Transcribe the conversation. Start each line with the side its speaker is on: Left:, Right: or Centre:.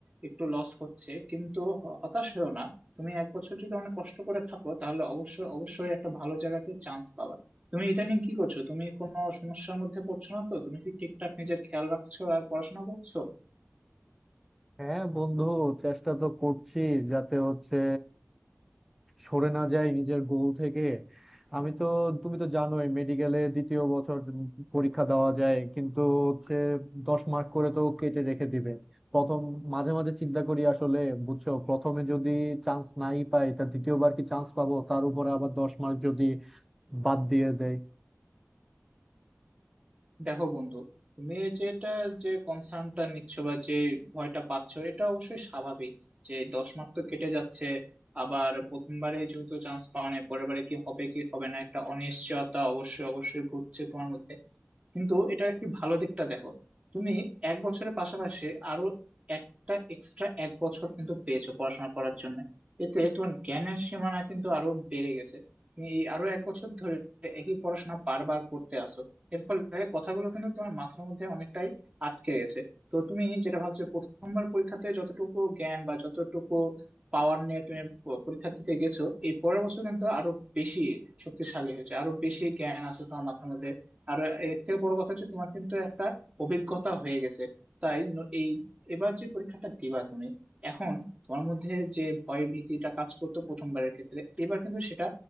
Right: একটু লস হচ্ছে কিন্তু হ- হতাশ হয়েও না তুমি এক বছর যদি অনেক কষ্ট করে থাকো তাহলে অবশ্যই অবশ্যই একটা ভালো জায়গাতে চান্স পাবা তুমি ইদানিং কি করছো তুমি কোনো সমস্যার মধ্যে পড়ছো না তো তুমি কি ঠিকঠাক নিজের খেয়াল রাখছো আর পড়াশোনা করছো
Centre: হ্যাঁ বন্ধু চেষ্টা তো করছি যাতে হচ্ছে সরে না যাই নিজের গোল থেকে আমি তো তুমি তো জানোই মেডিকেলে দ্বিতীয় বছর পরীক্ষা দেওয়া যায় কিন্তু হচ্ছে দশ মার্ক করে তো কেটে রেখে দিবে প্রথম মাঝে মাঝে চিন্তা করি আসলে বুঝছো প্রথমে যদি চান্স নাই পাই তা দ্বিতীয়বার কি চান্স পাবো তার উপরে আবার দশ মার্ক যদি বাদ দিয়ে দেয়
Right: দেখো বন্ধু তুমি এই যেটা যে কনসার্নটা নিচ্ছ বা যে ভয়টা পাচ্ছ এটা অবশ্যই স্বাভাবিক যে দশ মার্ক তো কেটে যাচ্ছে আবার প্রথমবারে যেহেতু চান্স পাওয়া নেই পরের বারে কি হবে কি হবে না একটা অনিশ্চয়তা অবশ্যই অবশ্যই ঘুরছে তোমার মধ্যে কিন্তু এটার একটি ভালো দিকটা দেখো তুমি এক বছরের পাশাপাশি আরো একটা এক্সট্রা এক বছর কিন্তু পেয়েছো পড়াশোনা করার জন্য এতে তোমার জ্ঞানের সীমানা কিন্তু আরো বেড়ে গেছে তুমি এই আরো এক বছর ধরে একই পড়াশোনা বারবার করতে আসো এর ফলে কথাগুলো কিন্তু তোমার মাথার মধ্যে অনেকটাই আটকে গেছে তো তুমি যেটা ভাবছো প্রথমবার পরীক্ষাতে যতটুকু জ্ঞান বা যতটুকু পাওয়ার নিয়ে তুমি প- পরীক্ষা দিতে গেছো এই পরের বছর কিন্তু আরো বেশি শক্তিশালী হয়েছে আরো বেশি জ্ঞান আছে তোমার মাথার মধ্যে আর এর থেকে বড় কথা হচ্ছে তোমার কিন্তু একটা অভিজ্ঞতা হয়ে গেছে তাই ন- এই এবার যে পরীক্ষাটা দিবা তুমি এখন তোমার মধ্যে যে ভয় ভীতিটা কাজ করতো প্রথমবারের ক্ষেত্রে এবার কিন্তু সেটা